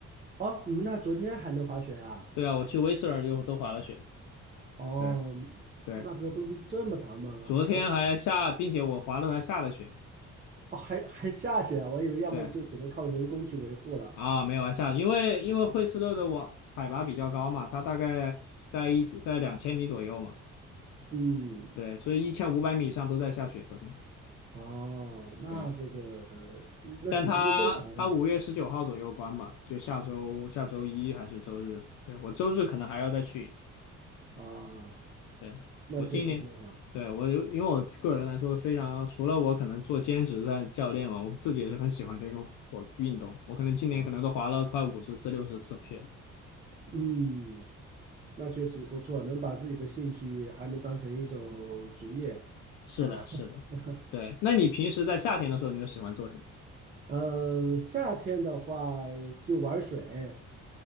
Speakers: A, on the right; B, on the left.
A: 哦，你们那昨天还能滑雪啊？
B: 对啊，我去威斯尔就都滑了雪的，
A: 哦，
B: 对对，
A: 那边的冬季这么长吗？
B: 昨天还下，
A: 还是？
B: 并且我滑了还下了雪。
A: 哦，还还下雪啊，我以为要么就只能靠人工去维护了。
B: 对，啊，没有啊，下雨因为因为惠斯勒的网海拔比较高嘛，它大概在一在两千米左右嘛，
A: 嗯，
B: 对，所以一千五百米以上都在下雪。昨天，
A: 哦，那这个呃那雪季就更长了
B: 对，但它它五月十九号左右关吧，就下周下周一还是周日，对，我周日可能还要再去一次。
A: 啊，
B: 对，
A: 那确实挺好
B: 我今年，对，我有因为我个人来说非常，除了我可能做兼职在教练嘛，我自己也是很喜欢这个我运动，我可能今年可能都滑了快五十次六十次雪。
A: 啊。嗯，那确实不错，能把自己的兴趣还能当成一种职业啊。
B: 是的，是的，
A: <laughs>
B: 对。那你平时在夏天的时候，你又喜欢做什么？
A: 嗯，夏天的话就玩水，